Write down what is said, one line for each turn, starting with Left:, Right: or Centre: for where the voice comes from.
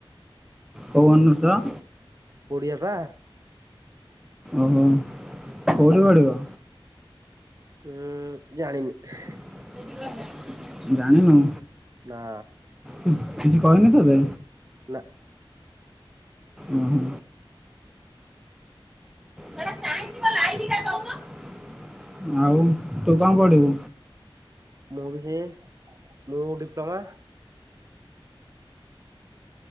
Centre: କୋଉ ଅନର୍ସ?
Right: ଓଡ଼ିଆ ପା।
Centre: ଓହୋ, କୋଉଠି ପଡିବ?
Right: ଉୁଁ, ଜାଣିନି।
Centre: <unintelligible> ଜାଣିନଉ?
Right: ନା।
Centre: କିଛି କିଛି କହନି ତତେ?
Right: ନା।
Centre: ଉଁ ହୁଁ। <unintelligible> ଆଉ ତୁ କଣ ପଢ଼ିବୁ?
Right: ମୁଁ ବି ସେଇ ମୁଁ ଡିପ୍ଲୋମା।